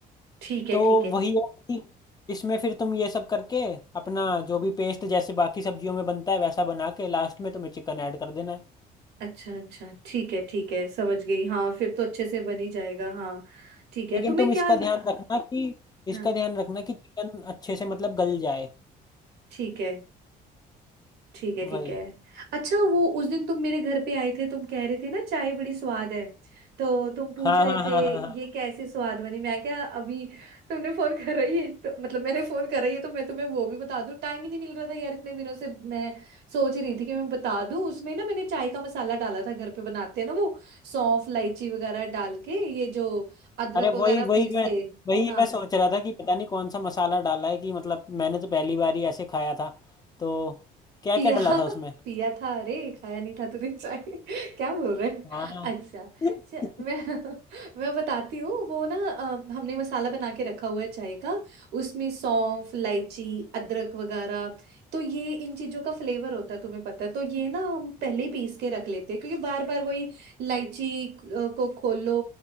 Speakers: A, on the right; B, on the left.
A: ठीक है
B: तो
A: ठीक है
B: वही
A: ठीक है
B: है कि इसमें फिर तुम ये सब करके अपना जो भी पेस्ट जैसे बाकी सब्जियों में बनता है वैसा बना के लास्ट में तुम्हें चिकन ऐड कर देना है
A: अच्छा अच्छा ठीक है ठीक है समझ गई हाँ फिर तो अच्छे से बन ही जाएगा हाँ ठीक है
B: लेकिन
A: तुम्हें
B: तुम
A: क्या
B: इसका
A: ल-
B: ध्यान रखना कि इसका
A: हाँ
B: ध्यान रखना कि चिकन अच्छे से मतलब गल जाए
A: ठीक है ठीक है
B: वही
A: ठीक है अच्छा वो उस दिन तुम मेरे घर पे आए थे तुम कह रहे थे ना चाय बड़ी स्वाद है तो तुम पूछ
B: हाँ
A: रहे
B: हाँ
A: थे
B: हाँ हाँ हाँ
A: ये कैसे स्वाद बनी मैं क्या अभी तुमने फोन कर रही है तो मतलब मैंने फोन कर रही है तो मैं तुम्हें वो भी बता दूं टाइम ही नहीं मिल रहा था यार इतने दिनों से मैं सोच रही थी कि मैं बता दूं उसमें ना मैंने चाय का मसाला डाला था घर पे बनाते हैं ना वो सौंफ इलायची वगैरह डाल के ये जो अदरक
B: अरे
A: वगैरह
B: वही वही
A: पीस
B: मैं
A: के
B: वही
A: हाँ
B: मैं सोच रहा था कि पता नहीं कौन सा मसाला डाला है कि मतलब मैंने तो पहली बार ही ऐसे खाया था तो क्या
A: पिया
B: क्या डाला
A: <laughs>
B: था उसमें
A: पिया था अरे खाया नहीं था तूने चाय <laughs> क्या बोल रहे हैं?
B: हाँ
A: अच्छा
B: <laughs>
A: च- मैं <laughs> मैं बताती हूँ वो ना अ, हमने मसाला बना के रखा हुआ है चाय का उसमें सौंफ इलायची अदरक वगैरह तो ये इन चीजों का फ्लेवर होता है तुम्हें पता है तो ये ना हम पहले ही पीस के रख लेते हैं क्योंकि बार बार वही इलायची अ, को खोलो